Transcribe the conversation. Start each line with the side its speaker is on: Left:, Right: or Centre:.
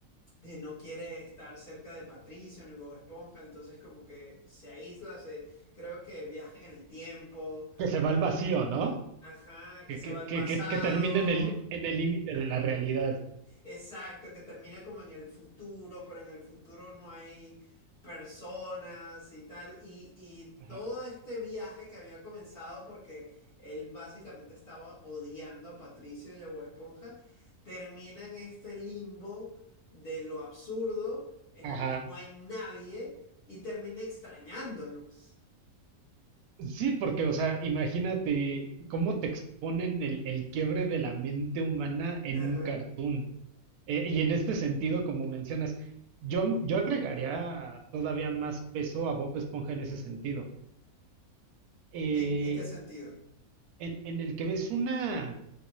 Left: eh, no quiere estar cerca de Patricio ni Bob Esponja, entonces como que se aísla, se, creo que viaja en el tiempo,
Right: que se va al vacío, ¿no?
Left: ajá,
Right: que,
Left: que se
Right: que,
Left: va al
Right: que,
Left: pasado,
Right: que, que termina en el, en el límite de la realidad.
Left: Exacto, que termina como en el futuro, pero en el futuro no hay personas y tal. Y, y
Right: Ajá.
Left: todo este viaje que había comenzado porque él básicamente estaba odiando a Patricio y a Bob Esponja, termina en este limbo de lo absurdo en
Right: Ajá.
Left: el que no hay nadie y termina extrañándolos.
Right: Sí, porque, o sea, imagínate cómo te exponen el, el quiebre de la mente humana en
Left: Ajá.
Right: un cartoon. Eh, y en este sentido, como mencionas, yo, yo agregaría todavía más peso a Bob Esponja en ese sentido. Eh,
Left: ¿En, en qué sentido?
Right: en, en el que ves una,